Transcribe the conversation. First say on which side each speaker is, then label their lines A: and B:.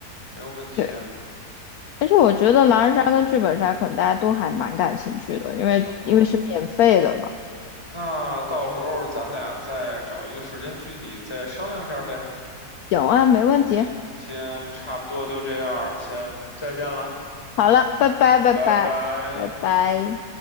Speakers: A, on the left; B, on the left.
A: 没有问题啊，
B: 对，而且我觉得狼人杀跟剧本杀可能大家都还蛮感兴趣的，因为因为是免费的嘛。
A: 行啊，那到时候咱俩再找一个时间具体再商量一下呗。
B: 行啊，没问题。
A: 今天差不多就这样，先再见了，
B: 好了，拜拜，拜拜，
A: 拜拜。
B: 拜拜。